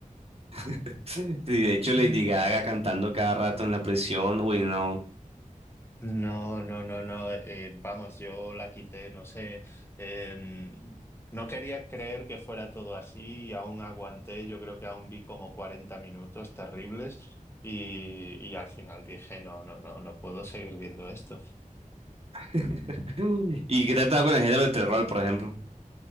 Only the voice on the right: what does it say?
<laughs> Y de hecho Lady
Gaga cantando cada rato en la prisión, uy, no.
<laughs> ¿Y qué tal estaba con el género de terror, por ejemplo?